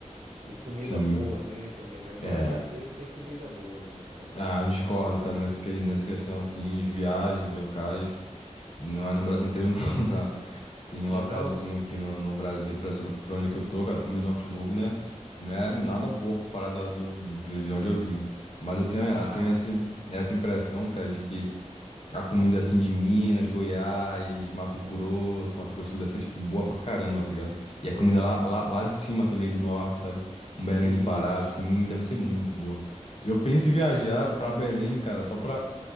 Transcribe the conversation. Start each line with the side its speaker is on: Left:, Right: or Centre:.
Right: e comida
Left: sim.
Right: boa, né? Também. Mas o
Left: É.
Right: Brasil inteiro tem comida boa, né? Então,
Left: Ah, discordo,
Right: isso aí já
Left: tá?
Right: é
Left: Nessa, que- nessa questão, assim, de viagem, de locais. Não é no Brasil inteiro, não, <laughs> tá? Tem um
Right: Né
Left: localzinho
Right: não?
Left: aqui no, no Brasil, por exemplo, aqui por onde que eu tô, cara, a comida do Friburgo, né? Não é nada boa comparada do, de, de onde eu vim. Mas eu tenho, eu
Right: Ah,
Left: tenho essa, essa impressão, cara, de que a comida assim de Minas, Goiás, Mato Grosso, Mato Grosso do Sul, é tipo, boa pra caramba, tá ligado? E
Right: boa.
Left: a comida lá, lá, lá de cima também do norte, sabe? Um Belém
Right: Isso.
Left: do Pará, assim, deve ser muito boa. Eu penso em viajar pra Belém, cara, só pra